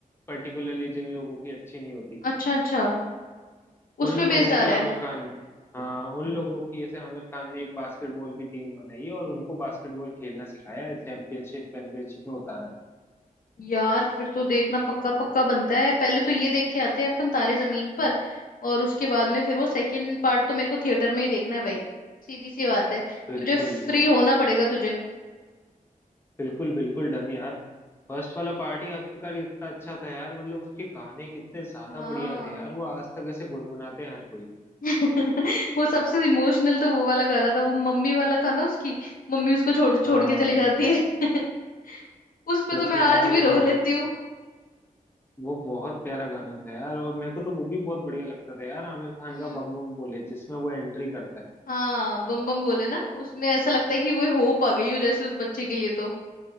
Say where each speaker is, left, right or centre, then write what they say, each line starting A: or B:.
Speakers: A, on the left; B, on the left.
A: पर्टिकुलरली जिन लोगों की अच्छी नहीं होती
B: अच्छा अच्छा उस
A: उन
B: पे बेस्ड
A: लोगों
B: आ
A: की
B: रहा
A: आमिर
B: है
A: खान हाँ उन लोगों की ऐसे आमिर खान ने एक बास्केटबॉल की टीम बनाई है और उनको बास्केटबॉल खेलना सिखाया है चैंपियनशिप चैंपियनशिप में उतारा है
B: यार फिर तो देखना पक्का पक्का बनता है पहले तो ये देख के आते हैं अपन तारे जमीन पर और उसके बाद में फिर वो सेकंड पार्ट तो मेरे को थिएटर में ही देखना है भाई सीधी सी बात है
A: बिल्कुल
B: तुझे फ्री होना पड़ेगा तुझे
A: बिल्कुल बिल्कुल डन यार फर्स्ट वाला पार्ट ही आखिरकार इतना अच्छा था यार मतलब उसके गाने कितने ज्यादा
B: हाँ
A: बढ़िया थे यार वो आज तक ऐसे गुनगुनाते हैं हर कोई
B: <laughs> वो सबसे इमोशनल तो वो वाला गाना था वो मम्मी वाला था ना उसकी मम्मी उसको छोड़ छोड़
A: हाँ
B: के चली जाती है <laughs> उस पे
A: सच
B: तो मैं
A: में
B: आज
A: यार वो
B: भी रो
A: बहुत
B: लेती हूँ
A: वो बहुत प्यारा गाना था यार और मेरे को तो वो भी बहुत बढ़िया लगता था यार आमिर खान
B: हम्म
A: का बम बम बोले जिसमें वो एंट्री करता है
B: हाँ बम बम बोले ना उसमें ऐसा लगता है कि कोई होप आ गई हो जैसे उस बच्चे के लिए तो